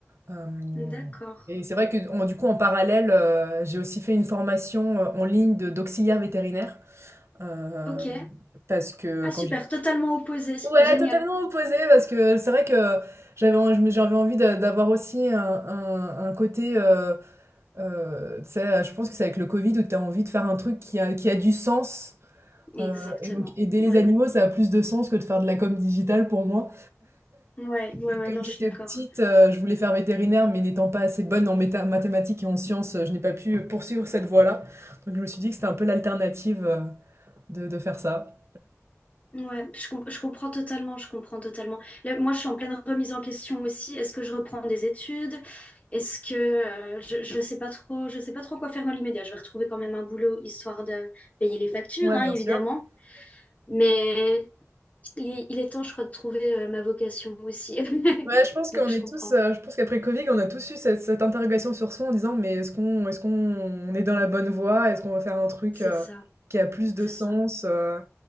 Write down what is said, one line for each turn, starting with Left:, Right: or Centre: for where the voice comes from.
Right: Euh,
Left: d'accord.
Right: et c'est vrai que en- du coup, en parallèle, euh, j'ai aussi fait une formation euh, en ligne de- d'auxiliaire vétérinaire. euh,
Left: Ok.
Right: parce que
Left: Ah,
Right: quand
Left: super,
Right: j'ai-
Left: totalement opposé.
Right: Ouais,
Left: Génial.
Right: totalement opposé, parce que c'est vrai que j'avais en- je me- j'avais envie d'a- d'avoir aussi un, un- un côté, euh, euh, tu sais, je pense que c'est avec le Covid où tu as envie de faire un truc qui a, qui a du sens.
Left: Exactement.
Right: euh, et donc aider les
Left: Ouais,
Right: animaux, ça a plus de sens que de faire de la com digitale pour moi.
Left: ouais, ouais,
Right: Et
Left: ouais,
Right: comme
Left: non,
Right: j'étais
Left: je suis d'accord.
Right: petite, euh, je voulais faire vétérinaire, mais n'étant pas assez bonne en méta- mathématiques et en sciences, euh, je n'ai pas pu euh, poursuivre cette voie-là. Donc je me suis dit que c'était un peu l'alternative euh, de, de faire ça.
Left: Ouais, je, com- je comprends totalement, je comprends totalement. Là, moi, je suis en pleine remise en question aussi. Est-ce que je reprends des études? Est-ce que euh, je, je sais pas trop, je sais pas trop quoi faire dans l'immédiat. Je vais retrouver quand même un boulot histoire de payer les factures,
Right: Ouais,
Left: hein,
Right: bien
Left: évidemment.
Right: sûr.
Left: Mais il, il est temps, je crois, de trouver euh, ma vocation aussi. <laughs>
Right: Ouais, je pense qu'on
Left: Donc, je
Right: est
Left: comprends.
Right: tous, euh, je pense qu'après Covid, on a tous eu cette, cette interrogation sur soi en disant, mais est-ce qu'on est-ce qu'on on est dans la bonne voie? Est-ce qu'on va faire un truc
Left: C'est
Right: euh,
Left: ça,
Right: qui a plus de
Left: c'est
Right: sens?
Left: ça.
Right: euh,